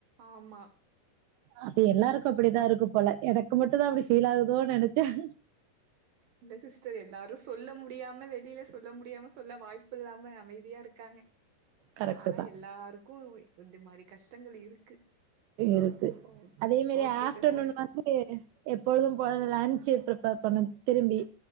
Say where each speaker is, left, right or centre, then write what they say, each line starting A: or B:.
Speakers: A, on the right (about 60°); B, on the right (about 80°).
A: ஆமா
B: அப்ப எல்லாருக்கு அப்டிதா இருக்கு போல எனக்கு மட்டும் தா அப்டி ஃபீல் ஆகுதோன்னு நெனச்சேன்
A: இல்ல சிஸ்டர் எல்லாரும் சொல்ல முடியாம வெளியில சொல்ல முடியாம சொல்ல வாய்ப்பு இல்லாம அமைதியா இருக்காங்க
B: கரெக்ட்
A: ஆனா
B: தா
A: எல்லாருக்கு இந்த மாரி கஷ்டங்கள் இருக்கு
B: இருக்கு
A: ஓகே.
B: அதே மாரி
A: ஓகே
B: ஆஃப்டர்நூன்
A: சிஸ்டர்.
B: வந் <unintelligible> எப்பொழுது போல லஞ்ச் பிரிப்பர் பண்ணணு திரும்பி